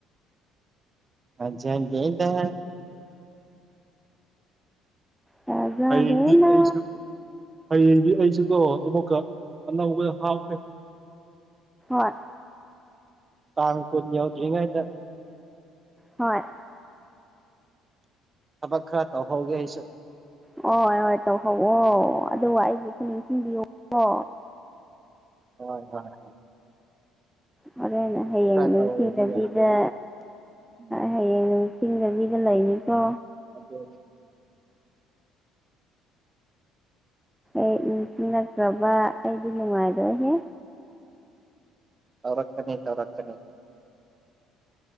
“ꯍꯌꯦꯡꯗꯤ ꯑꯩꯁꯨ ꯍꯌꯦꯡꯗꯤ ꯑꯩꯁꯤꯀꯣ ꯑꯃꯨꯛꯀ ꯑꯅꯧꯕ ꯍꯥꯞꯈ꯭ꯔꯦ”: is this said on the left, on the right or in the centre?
Right